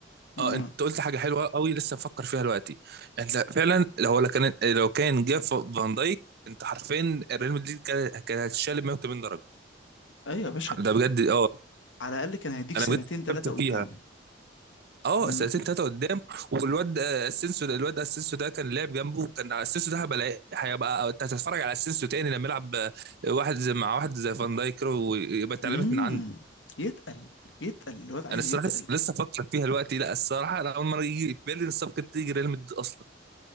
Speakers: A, on the left; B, on the right.
A: امم
B: اه انت قلت حاجه حلوه قوي لسه بفكر فيها دلوقتي انت فعلا لو لو كان لو كان جاب فان دايك انت حرفيا ريال مدريد كان كان هيتشال 180 درجه
A: ايوه يا باشا
B: ده بجد اه
A: على الاقل كان هيديك
B: انا
A: سنتين
B: بجد
A: ثلاثه
B: فكرت
A: قدام
B: فيها اه
A: امم
B: سنتين ثلاثه قدام والواد آه، اسينسيو الواد اسينسيو ده كان لعب جنبه كان اسينسيو ده هبقى هيبقى آه، انت هتتفرج على اسينسيو تاني لما يلعب آه، واحد زي مع واحد زي فان دايك كده ويبقى اتعلمت
A: امم
B: من عنده
A: يتقل يتقل الواد عايز
B: انا الصراحه
A: يتقل
B: لسه لسه بفكر فيها دلوقتي لا الصراحه انا اول مره يجي في بالي ان الصفقه تيجي ريال مدريد اصلا